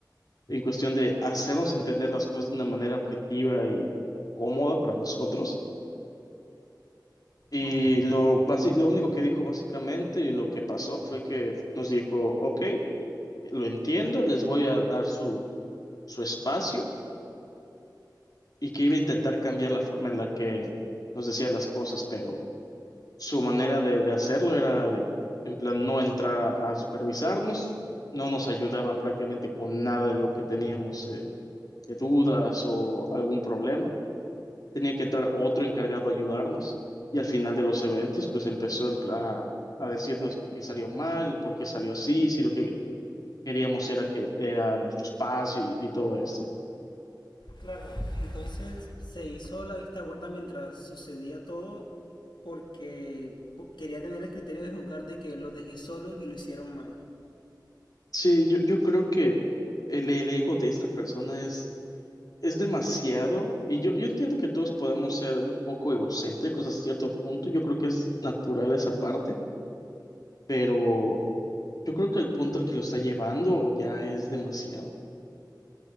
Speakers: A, on the left; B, on the left.
A: en cuestión de hacernos entender las cosas de una manera objetiva y cómoda para nosotros. Y
B: Ok,
A: lo, basi- lo único que dijo básicamente y lo que pasó fue que nos dijo, ok, lo entiendo, les voy a dar su, su espacio y que iba a intentar cambiar la forma en la que nos decía las cosas, pero su manera de, de hacerlo era de, en plan, no entrar a, a supervisarnos, no nos ayudaba prácticamente con nada de lo que teníamos eh, de dudas o algún problema. Tenía que entrar otro encargado a ayudarnos y al final de los eventos, pues empezó en pla- a, decirnos que, qué salió mal, por qué salió así, si lo que queríamos era que era nuestro espacio y, y todo esto.
B: Claro. Entonces se hizo la vista gorda mientras sucedía todo porque po- quería tener el criterio de juzgar de que los dejé solos y lo hicieron mal.
A: Sí, yo, yo creo que el, el ego de esta persona es es demasiado y yo, yo entiendo que todos podemos ser un poco egocéntricos a cierto punto, yo creo que es natural esa parte, pero yo creo que el punto al que lo está llevando ya es demasiado.